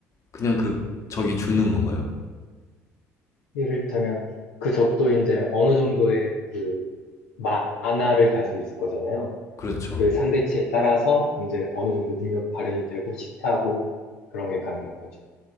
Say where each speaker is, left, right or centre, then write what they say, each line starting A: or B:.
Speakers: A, on the left; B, on the left.
A: 그냥 그 적이 죽는 건가요?
B: 이를테면 그 적도 이제 어느 정도의 그 만화를 가지고 있을 거잖아요.
A: 그렇죠.
B: 그 상대치에 따라서 이제 어느 정도 능력 발현이 되고 실패하고 그런 게 가능한 거죠.